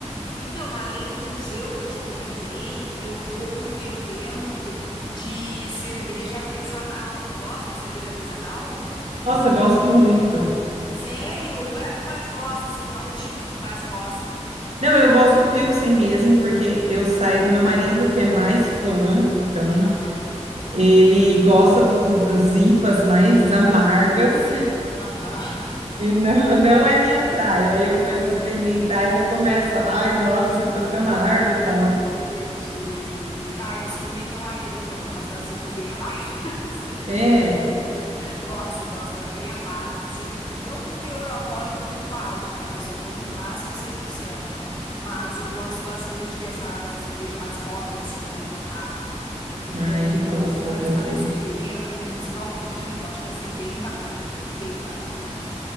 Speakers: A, on the left (about 40°); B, on the right (about 70°).
A: Então, além do museu que eu te comentei, eu vou para um evento de cerveja artesanal. Tu gosta de cerveja artesanal?
B: Nossa, gosto muito.
A: Sério? Qual é que tu mais gosta? Assim, qual é o tipo que tu mais gosta?
B: Não, eu gosto Pilsen mesmo, porque eu saio.
A: Ah,
B: Meu marido, que é mais fã, então.
A: Aham,
B: Ele gosta dos- das IPAs mais amargas
A: aham. <laughs>
B: <laughs> e não, não é minha praia. Aí eu começo a experimentar e já começo, ai, nossa, isso aqui tá muito amargo e tal.
A: Entendi, entendi. Ah, eu sou que nem teu marido, então eu gosto das IPAs bem amargas. <laughs>
B: É,
A: Gosto, gosto das bem amargas, assim. Não com teor alcoólico muito alto, né? Eu só tomo no máximo seis por cento Mas eu gosto bastante dessa, dessa cerveja mais hop, assim, mais encorpada. Então,
B: ah, ele gosta
A: eu vou participar
B: também.
A: desse evento, vai ter música ao vivo, acho que vai ser bem bacana, bem bacana.